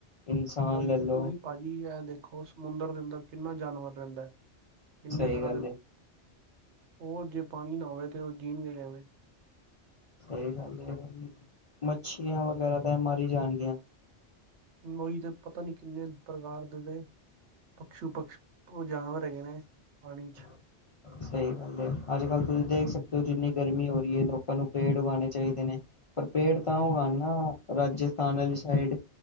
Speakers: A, on the left; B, on the right.
A: ਇਨਸਾਨ
B: ਉਹੀ
A: ਲੈ ਲਓ
B: ਤੇ, ਤੁਸੀਂ ਭਾਜੀ ਇਹ ਦੇਖੋ ਸਮੁੰਦਰ ਦੇ ਅੰਦਰ ਕਿੰਨਾ ਜਾਨਵਰ ਰਹਿੰਦਾ ਹੈ। ਕਿੰਨੇ
A: ਸਹੀ
B: ਤਰ੍ਹਾਂ
A: ਗੱਲ
B: ਦੇ,
A: ਹੈ
B: ਓ ਜੇ ਪਾਨੀ ਨਾ ਹੋਵੇ ਤੇ ਓ ਜੀਨ ਗੇ ਕਿਵੇਂ?
A: ਸਹੀ ਗੱਲ ਏ <unintelligible> ਮੱਛੀਆਂ ਵਗੈਰਾ ਤੇ ਮਰ ਈ ਜਾਨਗੀਆਂ।
B: ਓਈ ਤੇ ਪਤਾ ਨਹੀਂ ਕਿੰਨੇ ਪ੍ਰਕਾਰ ਦੇ ਤੇ ਪਸ਼ੂ ਪਸ਼ ਓ ਜਾਨਵਰ ਹੈਗੇ ਨੇ ਪਾਣੀ 'ਚ।
A: <inaudible> ਸਹੀ ਗੱਲ ਏ, ਅੱਜ-ਕੱਲ ਤੁਸੀਂ ਦੇਖ ਸਕਦੇ ਹੋ ਜਿੰਨੀ ਗਰਮੀ ਹੋ ਰੀ ਏ ਲੋਕਾਂ ਨੂੰ ਪੇੜ ਉਗਾਨੇ ਚਾਹੀਦੇ ਨੇ। ਪਰ ਪੇੜ ਤਾਂ
B: ਬਿਲਕੁਲ
A: ਉਗਾਨ ਨਾ ਰਾਜਸਥਾਨ ਵਾਲੀ ਸਾਈਡ,